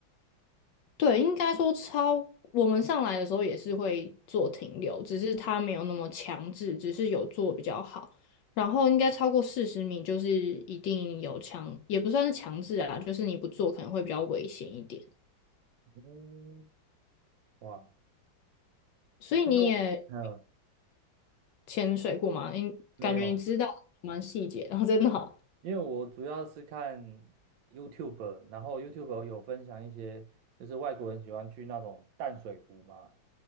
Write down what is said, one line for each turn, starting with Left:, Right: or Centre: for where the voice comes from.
Left: 对，应该说超，我们上来的时候也是会做停留，只是它没有那么强制，只是有做比较好。然后应该超过四十米就是一定有强，也不算是强制啊，就是你不做可能会比较危险一点。
Right: 嗯，哇，
Left: 所以你也
Right: 其实我嗯
Left: 潜水过吗？你感觉你知道蛮细节，
Right: 没有，
Left: <laughs> 然后真的好，
Right: 因为我主要是看 YouTube，然后 YouTube 有分享一些，就是外国人喜欢去那种淡水湖嘛，